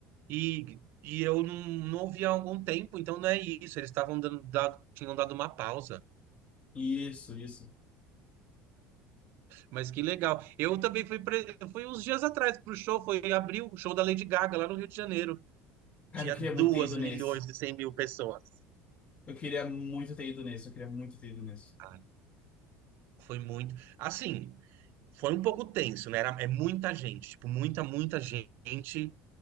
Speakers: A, on the right; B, on the left.
A: e, e eu não, não ouvia há algum tempo, então não é isso, eles estavam dando, da- tinham dado uma pausa.
B: Isso, isso.
A: Mas que legal. Eu também fui, pre- fui uns dias atrás pro show, foi em abril o show da Lady Gaga lá no Rio de Janeiro.
B: Cara,
A: Tinha
B: eu queria
A: duas
B: muito ter ido
A: milhões
B: nesse.
A: e cem mil pessoas.
B: Eu queria muito ter ido nesse, eu queria muito ter ido nesse.
A: Ai, foi muito. Assim, foi um pouco tenso, né? Era, é muita gente, tipo, muita, muita gente